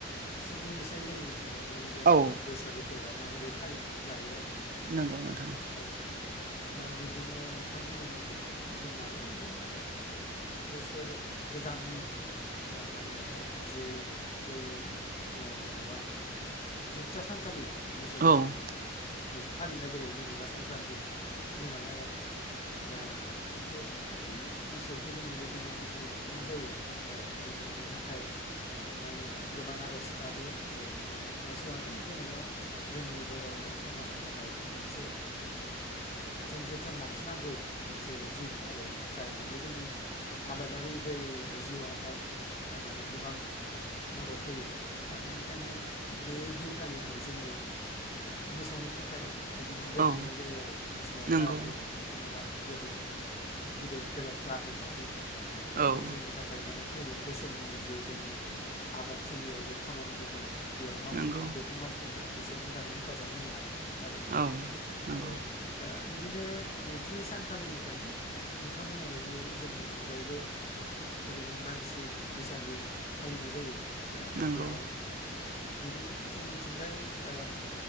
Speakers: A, on the left (about 30°); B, on the right (about 45°).
A: एसे बुंनोसै जोंनिथिंजायनि जेन'बा
B: औ
A: बैसागु फोरबोआ माबोरै फालि जायो आरोना
B: नंगौ नोंथां औ
A: औ दा बिब्दिनो नोंथां बुंनाय बायदि जोंनाबो बिदिनो बोसोर गोजामनि थ माने जे जे न' जेन'बा जोबथा सानखालि मोसौ
B: औ
A: बैसागु बेखौ फालिनाय जायो जेनेबा संक्रान्ति दिनावहाय आरो दा बे बेनो मोसौखौ जोङो बे दिनाव मोसौखौ थुखैनाय जायो ओमफ्राय मोसौ नि थाखाय ओ गोबां आर'ज गाबो जे माने मोसौआनो जेन'बा जोंनि बर' समाजनि थाखाय मोनसे जों जोथोन लाखिनांगौ मोनसे जिब आरो जाय माने जोंनि आबादारि बै जिउआवहाय माने गोबां मदद होयो दा बेनिखायनो बे दिनखालिहाय जोङो मोसौनि थाखाय बिदिनो बोर
B: औ
A: बिनाय जायो आरो मोसौआ
B: नंगौ
A: जाहाथे जेनेबा गोजौ गिदिर गोलाव जानो हाथों बिदिनो
B: औ
A: जोंनि थाखाय खाय माने फैगोन बोसोरनि जे जोंनि आबादथिलियाव जे खामानिफोर दं बेयाव मावाफुंनो
B: नंगौ
A: बेखौ मावफुंनायाव बिसोर मोजाङै हेफाजाब होनो हादों आरो
B: औ नंगौ
A: औ दा बिदिनो नैथि सानखालिनिफ्रायनो नोंथां बुंनाय बायदियै जोंनिथिंजायबो बिदिनो मानसि बैसागु फालिनाय जायो दा
B: नंगौ
A: बेयाव बिदिनो जोंनिथिंजाय ओ